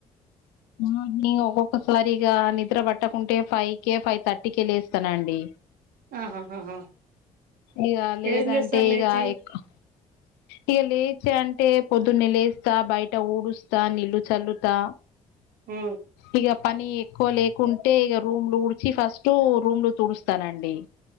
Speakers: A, on the left; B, on the right.
A: మార్నింగ్ ఒక్కొక్కసారిగా నిద్ర పట్టకుంటే ఫైవ్ కే ఫైవ్ థర్టీ కె లెస్తానండి
B: ఆహాహాహా
A: ఇగా లేదంటే
B: ఏం చేస్తారు లేచి
A: ఇగా ఎక్కు ఇక లేచి అంటే పొద్దున్న లేస్తా బయట ఊడుస్తా నీళ్లు చల్లుతా
B: హ్
A: ఇగా పని ఎక్కువ లేకుంటే ఇగా రూమ్ లో ఊడ్చి ఫస్ట్ లు రూమ్ లో తుడుస్తానండి.